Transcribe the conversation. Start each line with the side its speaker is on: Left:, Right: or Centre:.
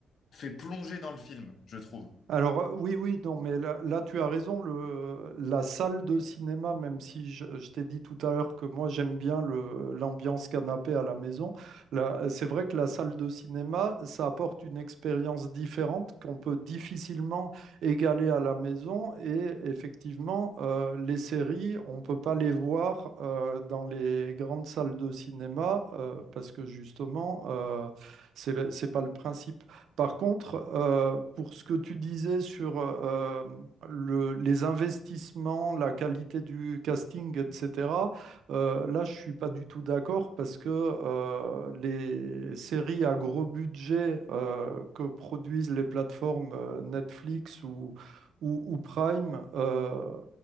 Left: fait plonger dans le film, je trouve.
Right: Alors euh, oui, oui, non, mais là, là, tu as raison, le, la salle de cinéma, même si je, je t'ai dit tout à l'heure que moi j'aime bien le, l'ambiance canapé à la maison, là, c'est vrai que la salle de cinéma, ça apporte une expérience différente qu'on peut difficilement égaler à la maison et effectivement, euh, les séries, on ne peut pas les voir euh, dans les grandes salles de cinéma euh, parce que justement, euh, c'est, c'est pas le principe. Par contre, euh, pour ce que tu disais sur euh, le- les investissements, la qualité du casting, etc., euh, là, je suis pas du tout d'accord parce que euh, les séries à gros budget euh, que produisent les plateformes euh, Netflix ou, ou, ou Prime, euh,